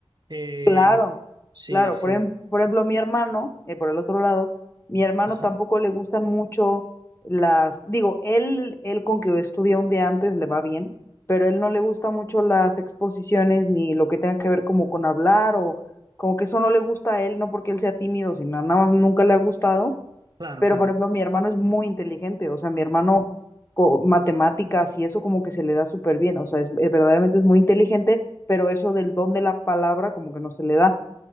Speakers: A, on the right (about 45°); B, on the left (about 25°).
A: Eh,
B: Claro,
A: sí,
B: claro,
A: sí.
B: por, ejem- por ejemplo mi hermano, eh, por el otro lado, mi hermano
A: Ajá.
B: tampoco le gustan mucho las, digo, él, él con que estudia un día antes le va bien, pero él no le gusta mucho las exposiciones ni lo que tenga que ver como con hablar o como que eso no le gusta a él, no porque él sea tímido, sino nada más nunca le ha gustado
A: Claro,
B: Pero,
A: claro.
B: por ejemplo, mi hermano es muy inteligente, o sea, mi hermano co- matemáticas y eso como que se le da súper bien, o sea, es, es- verdaderamente es muy inteligente, pero eso del don de la palabra como que no se le da,